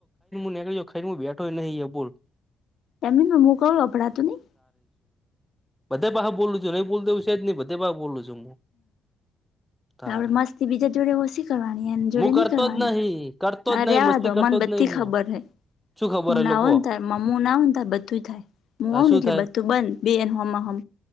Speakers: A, in the centre; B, on the left.
A: નીકળી, ઘરે બેઠો નહીં, એ બોલ.
B: એની મું ક વપડાતું નહીં.
A: બધા પાહે બોલું છું, નહીં બોલી દેવાનુ છે જ નહીં. બધે પાય બોલું છું હું. તારે
B: આપણેે મસ્તી બીજા જોડે ઓછી કરવાની, એની જોડે
A: હું
B: નઈ
A: કરતો
B: કરવાની.
A: જ નહીં કરતો
B: હ,
A: જ નહીં
B: રેવા
A: મસ્તી
B: દો
A: કરતો
B: મને બધી.
A: જ નહીં હું
B: ખબર હે,
A: શું ખબર
B: હું
A: એ
B: ના
A: લોકો
B: હો થાય. મમ્મું ના હો થાય, બધું થાય. હું
A: આ
B: આવ
A: શું
B: ને, એટલે
A: થાય
B: બધું બંધ. બે, એ હ, હમ,